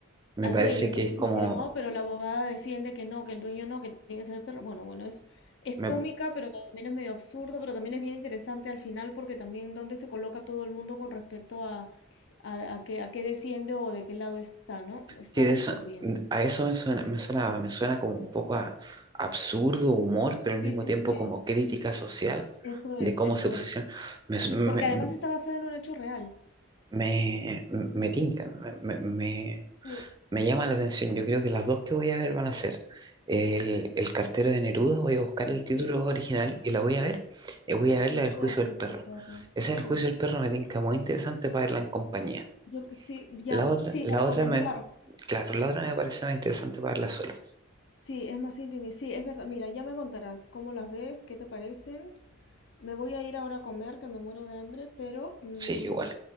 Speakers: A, on the right (about 20°); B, on the left (about 60°).
A: me
B: Al
A: parece
B: dueño en
A: que
B: principio
A: es como,
B: no, pero la abogada defiende que no, que el dueño no, que tiene que ser el perro. Bueno, bueno, es, es
A: me,
B: cómica, pero también es medio absurdo, pero también es bien interesante al final porque también dónde se coloca todo el mundo con respecto a, a, a qué, a qué defiende o de qué lado está, ¿no? Está
A: sí, de
B: súper
A: eso-
B: bien.
A: a eso me suena, me sonaba, me suena como un poco a absurdo humor, pero al
B: Sí,
A: mismo
B: sí,
A: tiempo
B: sí,
A: como crítica social
B: eso
A: de
B: es,
A: cómo
B: eso
A: se posiciona.
B: es.
A: Me, me,
B: Porque además
A: me,
B: está basada en un hecho real.
A: me- me tinca, me, me, me-
B: Sí,
A: Me llama la atención, yo creo que las dos que voy a ver van a ser eh, el, el cartero de Neruda, voy a buscar el título
B: sí.
A: original y la voy a ver, y voy a ver
B: Y
A: la
B: está
A: del juicio
B: el juicio
A: del perro.
B: del perro.
A: Esa
B: Sí.
A: del juicio del perro me tinca muy interesante para verla en compañía.
B: Yo sí, ya,
A: La otra,
B: sí,
A: la
B: para
A: otra
B: comentar.
A: me, claro, la otra me parece más interesante para verla solo.
B: Sí, es más íntimo. y Sí, es verdad. Mira, ya me contarás cómo las ves, qué te parecen. Me voy a ir ahora a comer, que me muero de hambre, pero mm,
A: Sí, igual.